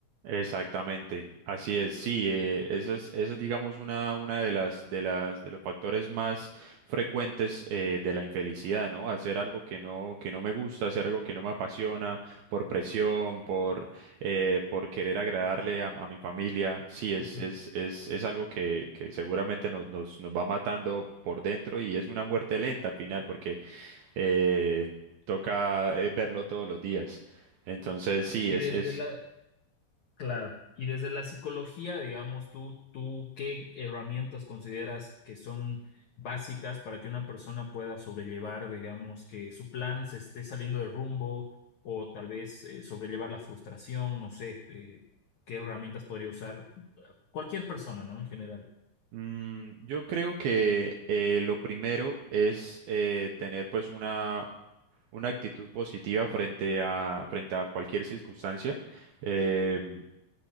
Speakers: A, on the right; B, on the left.
A: Exactamente, así es, sí, eh, esa es, esa es, digamos, una, una de las, de las, de los factores más frecuentes eh, de la infelicidad, ¿no? Hacer algo que no, que no me gusta, hacer algo que no me apasiona, por presión, por, eh, por querer agradarle a, a mi familia, sí, es,
B: Ujú.
A: es, es, es algo que, que seguramente nos, nos, nos va matando por dentro y es una muerte lenta al final, porque eh, toca eh, verlo todos los días. Entonces, sí,
B: Y
A: es,
B: desde
A: es
B: la, Claro. Y desde la psicología, digamos, tú, tú, ¿qué herramientas consideras que son básicas para que una persona pueda sobrellevar, digamos, que su plan se esté saliendo de rumbo o tal vez eh, sobrellevar la frustración? No sé, eh, ¿qué herramientas podría usar cualquier persona, ¿no? En general.
A: Mm, yo creo que eh, lo primero es eh, tener pues una, una actitud positiva frente a, frente a cualquier circunstancia. Em,